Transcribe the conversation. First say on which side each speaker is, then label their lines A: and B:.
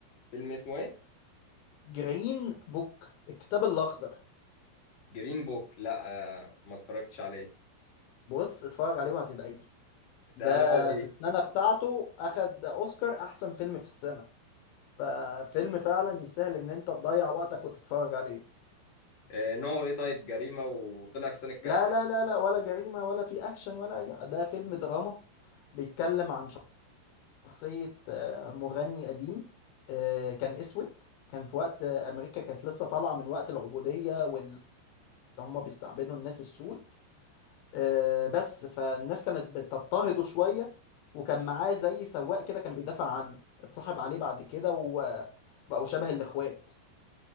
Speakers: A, on the left (about 35°); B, on the left (about 75°).
A: فيلم اسمه ايه
B: جرين بوك الكتاب الاخضر
A: جرين بوك لا آه ما اتفرجتش عليه
B: بص اتفرج عليه وهتدعي لي ده
A: ده نوعه ايه
B: في السنه بتاعته اخد اوسكار احسن فيلم في السنه ففيلم فعلا يستاهل ان انت تضيع وقتك وتتفرج عليه
A: آه نوعه ايه طيب جريمة وطلع في سنة كام
B: لا لا لا لا ولا جريمه ولا في اكشن ولا اي ده فيلم دراما بيتكلم عن شخصية آه، مغني قديم آه، كان أسود كان في وقت آه، أمريكا كانت لسه طالعة من وقت العبودية واللي هم بيستعبدوا الناس السود آه، بس فالناس كانت بتضطهده شوية وكان معاه زي سواق كده كان بيدافع عنه اتصاحب عليه بعد كده وبقوا شبه الإخوات